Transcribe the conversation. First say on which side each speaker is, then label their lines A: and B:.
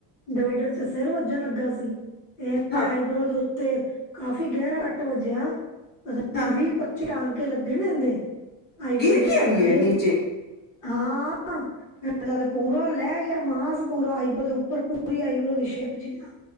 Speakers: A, on the left (about 40°); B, on the left (about 20°).
A: ਡਿਵਾਈਡਰ ਚ ਸਿਰ ਵੱਜਣ ਲੱਗਾ ਸੀ ਤੇ ਤੇ
B: ਹਾਂ
A: ਆਈਬ੍ਰੋ ਦੇ ਉੱਤੇ ਕਾਫ਼ੀ ਗਹਿਰਾ ਕੱਟ ਵੱਜਿਆ ਪਤਾ ਨ ਨਹੀਂ
B: ਹਾਂ
A: ਵੀਹ-ਪਾਚੀ ਚ ਟਾਂਕੇ ਲੱਗੇ ਨੇ ਇਨਦੇ ਆਈਬਰੋ
B: ਗਿਰ
A: ਦੇ ਉੱਤੇ
B: ਗਿਆ
A: ਹਜੇ
B: ਈ ਏ ਨੀਚੇ
A: ਹਾਂ ਹਾ ਹਾਂ। ਤੇ ਪੂਰਾ ਲੈ ਗਿਆ ਮਾਸ ਪੂਰਾ ਆਈਬਰੋ ਦੇ ਉੱਪਰ ਪੂਰੀ ਆਈਬਰੋ ਦੀ ਸ਼ੇਪ ਜਿੰਨਾ।